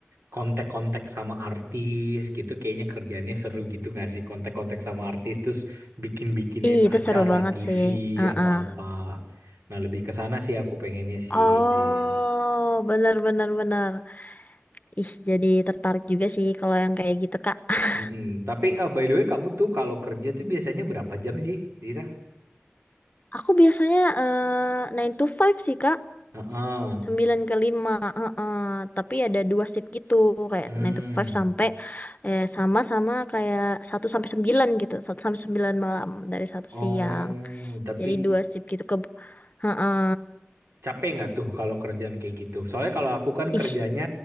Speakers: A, on the right; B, on the left.
A: kontak-kontak sama artis gitu kayaknya kerjanya seru gitu nggak sih kontak-kontak sama artis terus bikin-bikinin
B: Ih, itu
A: acara
B: seru banget
A: TV
B: sih. Eh,
A: atau
B: eh.
A: apa. Nah, lebih ke sana sih aku pengennya sih,
B: Oh,
A: Riz.
B: benar-benar benar benar benar. Ih, jadi tertarik juga sih kalau yang kayak gitu Kak. <laughs>
A: Mm-mm. Tapi eh, by the way kamu tuh kalau kerja tuh biasanya berapa jam sih, Risa?
B: Aku biasanya eh 9 to five sih Kak.
A: Heeh.
B: Sembilan ke lima, heeh. Tapi ada dua shift gitu, kayak
A: Hmm.
B: nine to five sampai eh, sama-sama kayak satu sampai 9 gitu, satu sampai 9 malam dari satu
A: Oh,
B: siang.
A: tapi
B: Jadi dua shift gitu ke heeh.
A: capek nggak tuh kalau kerjaan kayak gitu? Soalnya kalau aku kan
B: Ih,
A: kerjanya